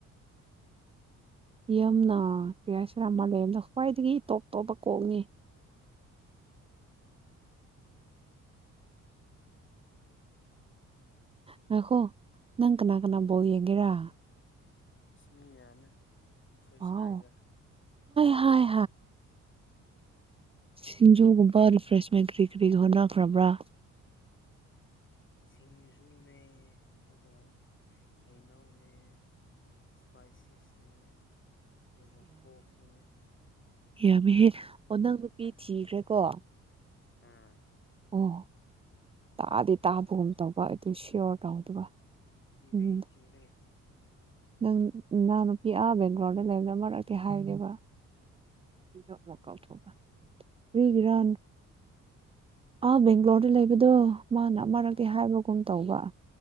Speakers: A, on the right (about 20°); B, on the left (about 40°).
A: ꯌꯥꯝꯅ ꯀꯩ ꯍꯥꯢꯁꯤꯔ ꯃꯥꯂꯦꯝꯗ ꯈ꯭ꯋꯥꯏꯗꯒꯤ ꯇꯣꯞ ꯇꯣꯞꯄ ꯀꯣꯛꯅꯦ ꯉꯈꯣ ꯅꯪ ꯀꯅꯥ ꯀꯅꯥ ꯕꯣꯜ ꯌꯦꯡꯒꯦꯔꯥ
B: ꯑꯁ ꯃꯤ ꯌꯥꯝꯃꯦ ꯈꯣꯏ
A: ꯋꯥꯎ
B: ꯁꯥꯏꯒ
A: ꯍꯥꯏ ꯍꯥꯏ ꯁꯤꯡꯖꯨꯒꯨꯝꯕ ꯔꯤꯐ꯭ꯔꯦꯁꯃꯦꯟ ꯀꯔꯤ ꯀꯔꯤ ꯍꯣꯠꯅꯈ꯭ꯔꯕ꯭ꯔꯥ
B: ꯁꯤꯡꯖꯨꯅꯦ ꯗꯨꯒ ꯍꯩꯅꯧꯅꯦ ꯏꯁꯄꯥꯏꯁꯤꯁꯅꯦ ꯑꯗꯨꯒ ꯀꯣꯛꯅꯦ
A: ꯌꯥꯃꯤꯍꯦ ꯑꯣ ꯅꯪ ꯅꯨꯄꯤ ꯊꯤꯈ꯭ꯔꯦꯀꯣ
B: ꯑꯥ
A: ꯑꯣ ꯇꯥꯗꯤ ꯇꯥꯕꯒꯨꯝ ꯇꯩꯕ ꯑꯗꯨ ꯁꯤꯌꯣꯔ ꯇꯧꯗꯕ
B: <unintelligible>
A: ꯎꯝ ꯅꯪ ꯅꯅꯥꯎꯅꯨꯄꯤ ꯑꯥ ꯕꯦꯡꯒ꯭ꯂꯣꯔꯗ ꯂꯩꯕꯗꯣ ꯃꯅꯥ ꯀꯩ ꯍꯥꯏꯒꯦꯕ <unintelligible> ꯀꯥꯎꯊꯣꯛꯒ꯭ꯔꯦ ꯀ꯭ꯔꯤꯒꯤꯔꯥ
B: ꯀꯔꯤꯕ
A: ꯑꯥ ꯕꯦꯡꯒ꯭ꯂꯣꯔꯗ ꯂꯩꯕꯗꯣ ꯃꯥꯅ ꯑꯔꯛꯇꯤ
B: ꯑꯥ
A: ꯍꯥꯏꯕꯒꯨꯝ ꯇꯧꯕ꯭ꯔꯥ